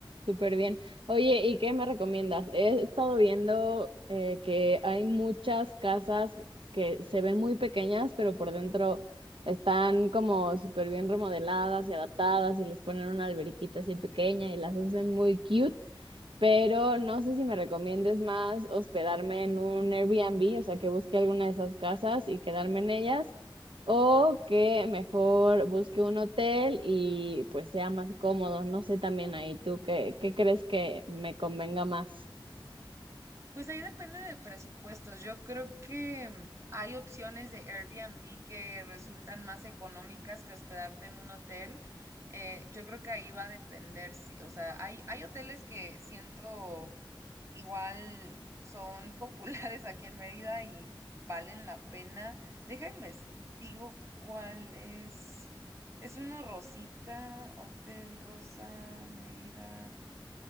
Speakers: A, on the right; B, on the right.
A: Súper bien. Oye, ¿y qué me recomiendas? He estado viendo eh, que hay muchas casas que se ven muy pequeñas, pero por dentro están como súper bien remodeladas y adaptadas y les ponen una alberquita así pequeña y las hacen muy cute, pero no sé si me recomiendes más hospedarme en un Airbnb, o sea, que busque alguna de esas casas y quedarme en ellas o que mejor busque un hotel y pues sea más cómodo. No sé también ahí tú qué, qué crees que me convenga más.
B: Pues ahí depende de presupuestos. Yo creo que mm, hay opciones de Airbnb que resultan más económicas que hospedarte en un hotel. Eh, yo creo que ahí va a depender, si O sea, hay, hay hoteles que siento igual son <laughs> populares aquí en Mérida y valen la pena. Déjame digo cuál es. Es uno Rosita, Hotel Rosa, Mérida.